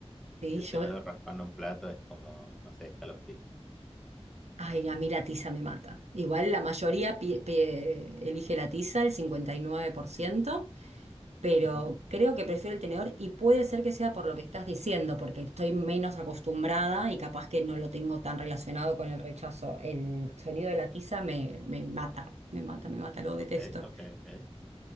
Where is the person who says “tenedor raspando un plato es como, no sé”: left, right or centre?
Centre